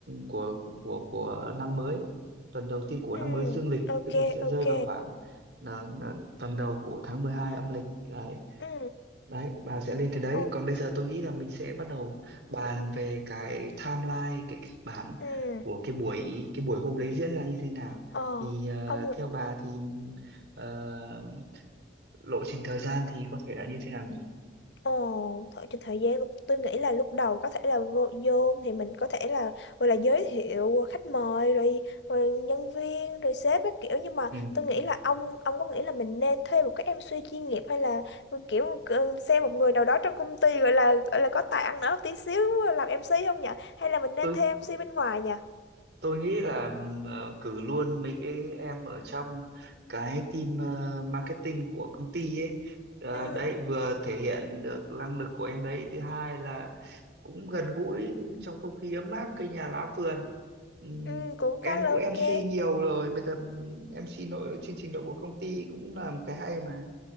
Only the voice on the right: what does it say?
của của của năm mới tuần đầu tiên của
năm mới dương lịch
tức là sẽ rơi
vào khoảng là- là tuần đầu của tháng 12 âm lịch đấy
đấy bà sẽ lên cái đấy
còn bây giờ tôi nghĩ là mình sẽ bắt đầu bàn về cái timeline cái kịch bản
của cái buổi cái buổi hôm đấy diễn ra như thế nào
thì ờ,
theo bà thì ờ, lộ trình thời gian thì có thể là như thế nào nhỉ
ừ.
tôi
tôi nghĩ là ừm, ờ, cử luôn mấy cái em ở trong cái team ờ, marketing của công ty ấy Ờ,
đấy vừa thể hiện được năng lực của em đấy thứ hai là cũng gần gũi trong không khí ấm áp cây nhà lá vườn Ừ.
Em
cũng
MC nhiều rồi, bây giờ MC nội chương trình nội bộ công ty cũng làm cái hay mà.